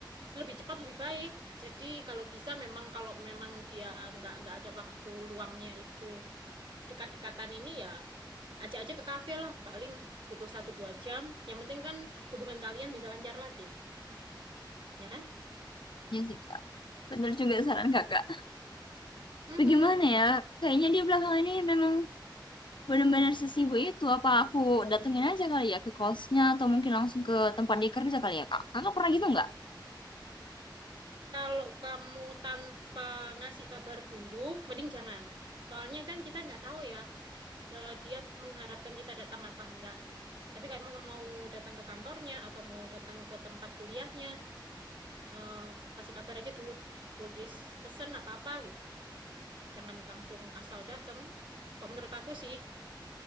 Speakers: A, on the right; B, on the left.
A: lebih cepat lebih baik. Jadi kalau bisa memang kalau memang dia nggak nggak ada waktu luangnya itu dekat-dekatan ini ya ajak aja ke kafe lah paling butuh satu dua jam. Yang penting kan hubungan kalian bisa lancar lagi, ya kan?
B: ya sih Kak. Bener juga saran Kakak.
A: Mhm.
B: Tapi gimana ya? Kayaknya dia belakangan ini memang benar-benar sesibuk itu. Apa aku datengin aja kali ya ke kosnya atau mungkin langsung ke tempat dia kerja kali ya Kak? Kakak pernah gitu nggak?
A: Kalau kamu tanpa ngasih kabar dulu, mending jangan. Soalnya kan kita nggak tahu ya, eh, dia mengharapkan kita datang apa enggak. Tapi kalau emang mau datang ke kantornya atau mau datang ke tempat kuliahnya, eh, kasih kabar aja dulu, tulis pesan apa-apa gitu. Jangan langsung asal datang. Kalau menurut aku sih,